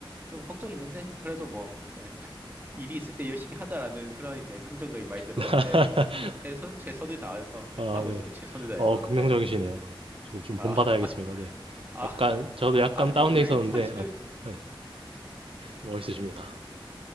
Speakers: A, on the right; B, on the right.
A: 좀 걱정이 있는데, 그래도 뭐, 예, 일이 있을 때 열심히 하자라는 그런 이제 긍정적인 마인드로,
B: <laughs>
A: 예, 제, 최선, 최선을 다해서
B: 아,
A: 하고
B: 네.
A: 있어요. 최선을 다해서,
B: 어, 긍정적이시네요.
A: 예.
B: 저도 좀
A: 아,
B: 본받아야겠습니다. 네.
A: 아.
B: 약간, 저도 약간
A: 아니요,
B: 다운돼
A: 그
B: 있었는데,
A: 사실은
B: 아, 아, 네. 멋있으십니다.